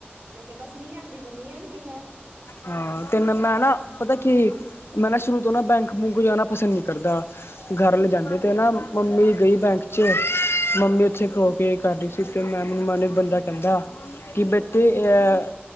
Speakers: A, on the right; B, on the left.
A: ਮੈਂ ਕੇਆ ਬੱਸ ਨੀ ਆਂਦੀ ਤਾ ਨੀ ਆਂਦੀ ਮੈਥ।
B: ਹਾਂ, ਤੇੈਨ ਮੈਂ ਨਾ ਪਤਾ ਕੀ, ਮੈਂ ਨਾ ਸ਼ੁਰੂ ਤੋ ਨਾ ਬੈਂਕ, ਬੂਂਕ ਜਾਨਾ ਪਸੰਦ ਨੀ ਕਰਦਾ, ਘੱਰ ਲਜਾਂਦੇ ਤੇ ਨਾ ਮੰਮੀ ਗਈ ਬੈਂਕ ਚ ਮੰਮੀ
A: ਹਾਂਜੀ
B: ਉੱਥੇ ਖਲੋ ਕੇ ਕਰ ਰੀ ਸੀ, ਤੇ ਮੈਂ ਮਮਾ ਨੂੰ ਏਕਦਮ ਜਾਕੇ ਕੈਂਦਾ, ਕਿ ਬੇਟੇ
A: ਹਾਂਜੀ
B: ਏਐ